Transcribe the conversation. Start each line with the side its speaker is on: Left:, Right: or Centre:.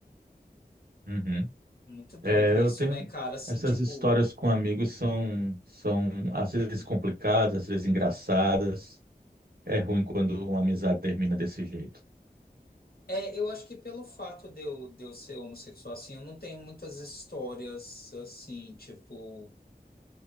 Right: Uhum.
Left: Muito doido
Right: É,
Left: isso,
Right: eu tenho
Left: né, cara? Assim,
Right: essas
Left: tipo,
Right: histórias com amigos são são às vezes complicadas, às vezes engraçadas. É ruim quando uma amizade termina desse jeito.
Left: é, eu acho que pelo fato de eu, de eu ser homossexual, assim, eu não tenho muitas histórias, assim, tipo.